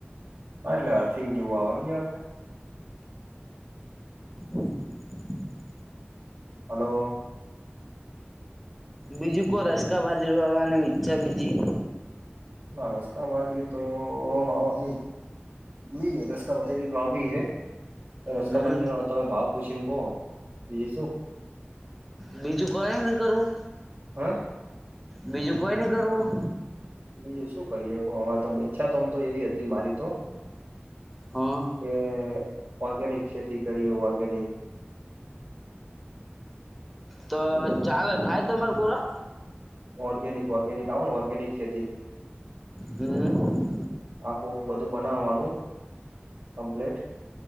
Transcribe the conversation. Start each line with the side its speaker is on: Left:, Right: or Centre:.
Right: હા, એટલે અર્થિંગ જેવું આવે એમ જેવા કેય
Centre: <inaudible>
Right: હલો!
Centre: બીજું કોર રસ્કા બાજરી વાવાની ઈચ્છા બીજી
Right: ના, રસ્તા બાજરી તો વાવાની જ જોઈએ રસ્કા બાજરી તો વાવવી હે, રસ્કા
Centre: હમ
Right: બાજરીનો તમે ભાવ પૂછીને કહો. બીજું શું?
Centre: બીજું કોયો ની કરવું?
Right: હા
Centre: બીજું કોય ની કરવું?
Right: બીજું શું કરીએ કો? હવે તો ઈચ્છા તો આમ તો એવી અતી મારી તો
Centre: હા,
Right: કે ઓર્ગેનિક ખેતી કરીએ ઓર્ગેનિક
Centre: તો ચાલે થાય તમાર પૂરા?
Right: ઓર્ગેનિક ઓર્ગેનિક આવ ને ઓર્ગેનિક ખેતી
Centre: હમ
Right: આખું બધું બનાવાનું કમ્પ્લેટ